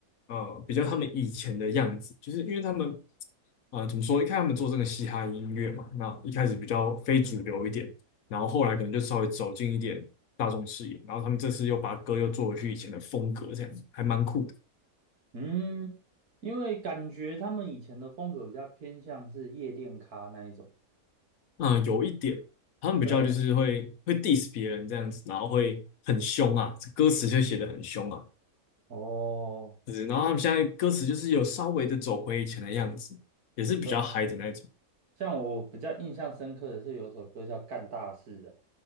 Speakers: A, on the left; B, on the right.
A: 呃比较他们以前的样子，就是因为他们啊、呃怎么说，一开始他们做这个嘻哈音乐嘛，那一开始比较非主流一点。然后后来可能就稍微走进一点大众视野，然后他们这次又把歌又做回去以前的风格，这样子还蛮酷的。
B: 嗯，因为感觉他们以前的风格比较偏向是夜店咖那一种。
A: 嗯，有一点他们比较就是会会
B: 对，
A: diss 别人这样子，然后会很凶啊，歌词就写的很凶啊，
B: 哦，
A: 就是然后他们现在歌词就是有稍微的走回以前的样子，也是比较嗨的那种。
B: 呃像我比较印象深刻的是有首歌叫《干大事》啊，